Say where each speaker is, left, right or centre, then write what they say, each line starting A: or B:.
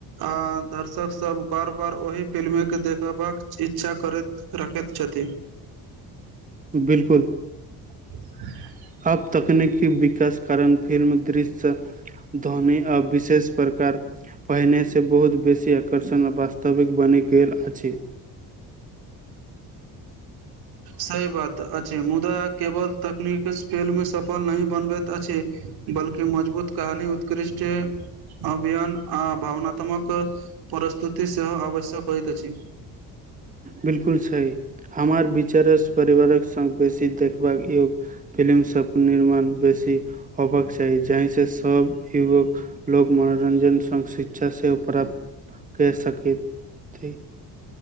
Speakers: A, on the right; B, on the right.
A: आ दर्शक सब बार बार ओहि फिल्म के देखबाक इच्छा करैत रखैत छथि।
B: बिल्कुल।
A: <inaudible>
B: आब तकनीकी विकास कारण फिल्म दृश्यसब ध्वनि आ विशेष प्रकार पहिनेसँ बहुत बेसी आकर्षण आ वास्तविक बनि गेल अछि।
A: सही बात अछि, मुदा केवल तकनीक फिल्म के सफल नहि बनबैत अछि। बल्कि मजबूत कहानी उत्कृष्ट अभियान आ भावनात्मक प्रस्तुति सेहो आवश्यक होइत अछि।
B: बिलकुल सही, हमार विचार सं परिवारक संग बेसी देखबाक योग्य फिलिम सबके निर्माण बेसी होबाक चाही जाहिसँ सब युवक लोक मनोरंजन संग शिक्षा सेहो प्राप्त कय सकैत छथि।